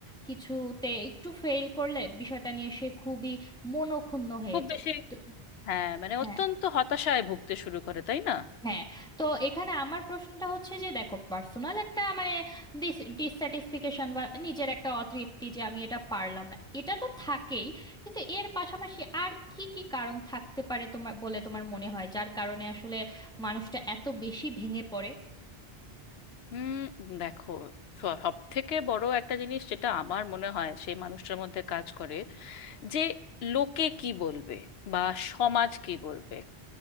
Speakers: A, in the centre; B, on the left.
A: কিছুতে একটু ফেল করলে বিষয়টা নিয়ে সে খুবই মনোক্ষুণ্ণ হয়ে
B: খুব
A: যায়
B: বেশি
A: তো
B: হ্যাঁ মানে
A: হ্যাঁ
B: অত্যন্ত হতাশায় ভুগতে শুরু করে তাই না
A: হ্যাঁ তো এখানে আমার প্রশ্নটা হচ্ছে যে দেখো পার্সোনাল একটা মানে ডিসস্যাটিসফিকেশন বা নিজের একটা অতৃপ্তি যে আমি এটা পারলাম না এটা তো থাকেই কিন্তু এর পাশাপাশি আর কি কি কারণ থাকতে পারে তোমার বলে তোমার মনে হয় যার কারণে আসলে মানুষটা এত বেশি ভেঙে পড়ে
B: হুম দেখো সব থেকে বড় একটা জিনিস যেটা আমার মনে হয় সেই মানুষটার মধ্যে কাজ করে যে লোকে কি বলবে বা সমাজ কি বলবে